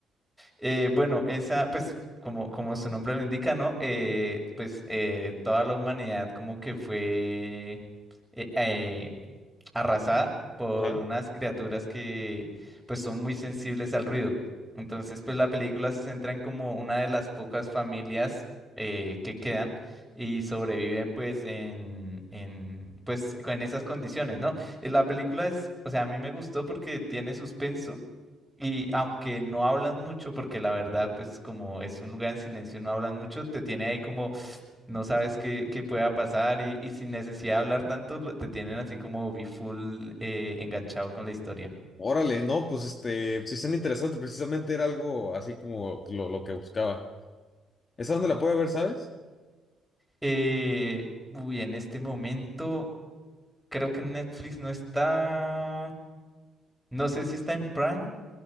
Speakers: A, in the centre; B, on the left.
A: Eh, bueno, esa, pues, como, como su nombre lo indica, ¿no? Eh, pues eh, toda la humanidad como que fue eh, eh, arrasada por
B: Ajá.
A: unas criaturas que pues son muy sensibles al ruido. Entonces, pues la película se centra en como una de las pocas familias eh, que quedan y sobreviven pues en, en, pues, con esas condiciones, ¿no? Eh, La película es, o sea, a mí me gustó porque tiene suspenso y aunque no hablan mucho, porque la verdad, pues como es un lugar en silencio, no hablan mucho, te tiene ahí como, no sabes qué, qué pueda pasar y, y sin necesidad de hablar tanto, lo- te tienen así como be full eh, enganchado con la historia.
B: Órale, no, pues este, sí están interesantes, precisamente era algo así como lo, lo que buscaba. ¿Esa dónde la puede ver, sabes?
A: Eh, uy, en este momento creo que Netflix no está, no sé si está en Prime,